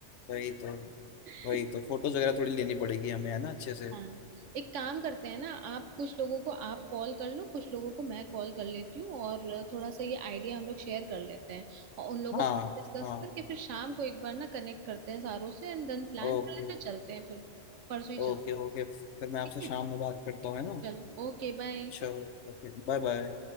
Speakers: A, on the left; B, on the right.
A: वही तो
B: <laughs>
A: वही तो फोटोज वगैरह थोड़ी लेनी पड़ेगी हमें है ना अच्छे से
B: हाँ एक काम करते हैं ना आप कुछ लोगों को आप कॉल कर लो कुछ लोगों को मैं कॉल कर लेती हूँ और थोड़ा सा ये आइडिया हम लोग शेयर कर लेते हैं और उन लोगों
A: हाँ
B: से डिस्कस
A: हाँ
B: करके फिर शाम को एक बार ना कनेक्ट करते हैं सारों से एंड देन प्लान
A: ओके
B: कर लेते हैं चलते हैं फिर परसों ही चलते
A: ओके ओके फिर
B: हैं
A: मैं आपसे
B: ठीक
A: शाम
B: है
A: में बात करता हूँ है ना
B: चलो ओके बाय
A: चलो ओके बाय बाय